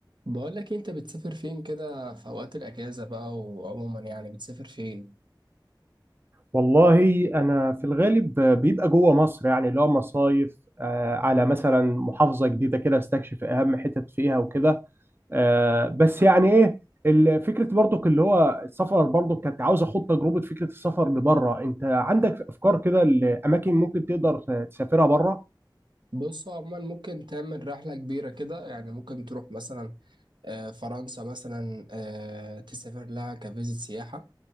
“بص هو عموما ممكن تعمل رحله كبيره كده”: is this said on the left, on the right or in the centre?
Right